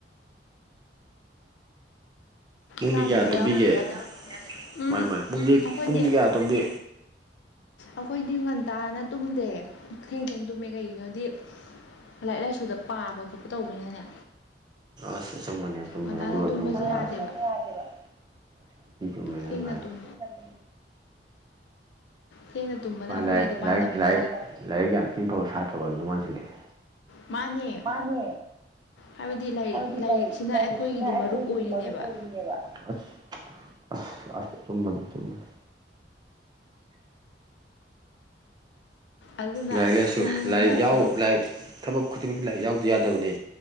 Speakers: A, on the right; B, on the left.
A: ꯄꯨꯡꯗꯤ
B: ꯆꯥꯅ
A: ꯀꯌꯥꯗ
B: ꯊꯛꯅꯕ
A: ꯇꯨꯝꯕꯤꯒꯦ
B: ꯌꯥꯎꯗ꯭ꯔꯗꯤ
A: ꯆꯥꯅ
B: ꯌꯥꯗꯦ
A: ꯊꯛꯅꯕ ꯌꯥꯎꯗꯔꯗꯤ ꯌꯥꯗꯦ
B: ꯎꯝ
A: ꯃꯥꯅꯤ ꯃꯥꯅꯤ ꯄꯨꯡꯗꯤ
B: ꯑꯩꯈꯣꯏꯗꯤ
A: ꯄꯨꯡꯗꯤ ꯀꯌꯥ ꯇꯨꯝꯕꯤ
B: ꯑꯈꯣꯏꯗꯤ ꯉꯟꯇꯥꯅ ꯇꯨꯝꯗꯦ ꯊꯦꯡ ꯊꯦꯡꯅ ꯇꯨꯝꯃꯦ ꯀꯩꯒꯤꯅꯣꯗꯤ ꯂꯥꯏꯔꯤꯛ ꯂꯥꯏꯁꯨꯗ ꯄꯥꯕ ꯈꯣꯠꯄ ꯇꯧꯕꯅꯤꯅꯅꯦ
A: ꯑꯁ ꯑꯆꯨꯝꯕꯅꯦ ꯑꯆꯨꯝꯕꯅꯦ
B: ꯉꯟꯇꯥꯅ
A: ꯑꯗꯨꯒ
B: ꯇꯨꯝꯕꯁꯦ
A: ꯑꯆꯨꯝꯕꯅꯦ
B: ꯌꯥꯗꯦꯕ
A: ꯑꯁ ꯇꯨꯝꯕꯁꯨ ꯌꯥꯗꯦꯕ ꯑꯁ ꯌꯥꯝ ꯊꯤ ꯆꯨꯨꯝꯃꯦ ꯅꯪ
B: ꯊꯦꯡꯅ
A: ꯍꯥꯢꯗꯣ
B: ꯇꯨꯝ
A: ꯄꯨꯟꯅ ꯇꯨꯝ
B: ꯊꯦꯡꯅ ꯇꯨꯝꯕꯅ
A: ꯃꯥ
B: ꯑꯩꯈꯣꯏꯒꯤꯗꯤ
A: ꯂꯥꯏꯔꯤꯛ
B: ꯄꯥꯟꯗꯝꯅꯦ
A: ꯂꯥꯏꯔꯤꯛ ꯂꯥꯏꯔꯤꯛ ꯂꯥꯏꯔꯤꯛ ꯌꯥꯝꯊꯤ ꯐꯕ ꯁꯥꯇ꯭ꯔ ꯑꯣꯏꯔꯝꯗꯧ ꯃꯥꯟꯁꯤꯜꯂꯛꯑꯦ
B: ꯃꯥꯅꯦ
A: ꯃꯥꯅꯦ
B: ꯍꯥꯏꯕꯗꯤ ꯂꯥꯏꯔꯤꯛ
A: ꯍꯥꯏꯕꯗꯤ
B: ꯂꯥꯏꯔꯤꯛꯁꯤꯅ
A: ꯂꯥꯏꯔꯤꯛ ꯂꯥꯏꯔꯤꯛꯁꯤꯅ
B: ꯑꯩꯈꯣꯏꯒꯤꯗꯤ
A: ꯑꯩꯈꯣꯏꯒꯤꯗꯤ
B: ꯃꯔꯨꯞ ꯑꯣꯏꯔꯤꯅꯦꯕ
A: ꯃꯔꯨꯞ ꯑꯣꯏꯔꯤꯅꯦꯕ ꯑꯁ ꯑꯁ ꯑꯁ ꯑꯆꯨꯝꯕꯅꯤ ꯑꯆꯨꯝꯕꯅꯤ
B: ꯑꯗꯨꯅ
A: ꯂꯥꯏꯔꯤꯛ
B: ꯑꯁ
A: ꯂꯥꯏꯁꯨ
B: ꯄꯨꯡꯒꯁꯦ
A: ꯂꯥꯏꯔꯤꯛ ꯌꯥꯎ ꯂꯥꯏꯔꯤꯛ ꯊꯕꯛ ꯈꯨꯗꯤꯡꯃꯛꯁꯦ ꯂꯥꯏꯔꯤꯛ ꯌꯥꯎꯗ ꯌꯥꯗꯕꯅꯦ